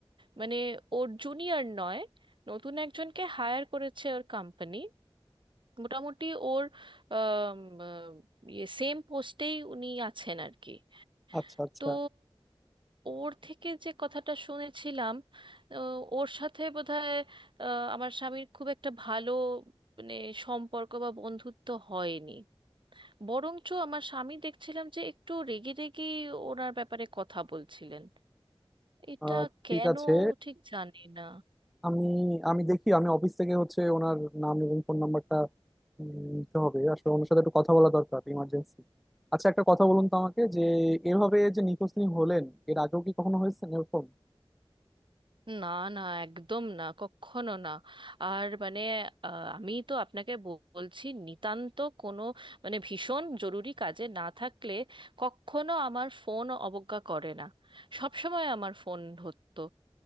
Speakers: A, on the right; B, in the centre.
A: মানে ওর জুনিয়র নয় নতুন একজনকে হায়ার করেছে ওর কোম্পানি মোটামুটি ওর আম, আ, ইয়ে সেম পোস্টেই উনি আছেন আর কি
B: আচ্ছা আচ্ছা
A: তো ওর থেকে যে কথাটা শুনেছিলাম আ, ওর সাথে বোধহয় আ, আমার স্বামীর খুব একটা ভালো মানে সম্পর্ক বা বন্ধুত্ব হয়নি বরঞ্চ আমার স্বামী দেখছিলাম যে একটু রেগে রেগে ওনার ব্যাপারে কথা বলছিলেন এটা
B: আহ, ঠিক
A: কেন
B: আছে
A: ঠিক জানি না
B: আমি আমি দেখি আমি অফিস থেকে হচ্ছে ওনার নাম এবং ফোন নাম্বারটা উম, নিতে হবে আসলে ওনার সাথে একটু কথা বলা দরকার ইমার্জেন্সি আচ্ছা একটা কথা বলুন তো আমাকে যে এভাবে যে নিখোঁজ তিনি হলেন এর আগেও কি কখনো হয়েছে এরকম
A: না না একদম না কখনো না আর মানে আহ, আমি তো আপনাকে ব- বলছি নিতান্ত কোনো মানে ভীষণ জরুরি কাজে না থাকলে কখনো আমার ফোন অবজ্ঞা করে না সব সময় আমার ফোন ধরতো